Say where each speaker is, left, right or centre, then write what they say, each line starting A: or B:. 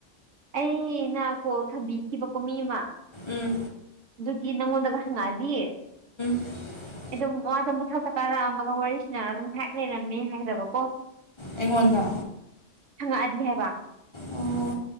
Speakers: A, on the right; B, on the left.
A: ꯑꯩꯅ ꯀꯣꯜ ꯊꯝꯕꯤꯈꯤꯕꯀꯣ ꯃꯤ ꯑꯃ
B: ꯎꯝ
A: ꯑꯗꯨꯗꯤ ꯅꯪꯉꯣꯟꯗꯒ ꯍꯪꯉꯛꯑꯗꯤ
B: <unintelligible>
A: ꯑꯗꯨꯝ ꯃꯥꯗꯣ ꯃꯊꯛꯇ ꯀꯥꯔꯛꯑꯝꯃꯒ ꯋꯥꯔꯤ ꯁꯥꯟꯅꯔꯒ ꯉꯥꯏꯍꯥꯛ ꯂꯩꯔꯝꯃ‌ꯦ ꯍꯥꯏꯒꯗꯕꯀꯣ
B: ꯑꯩꯉꯣꯟꯗ
A: ꯍꯪꯉꯛꯑꯗꯤ ꯍꯥꯏꯕ
B: ꯑꯣ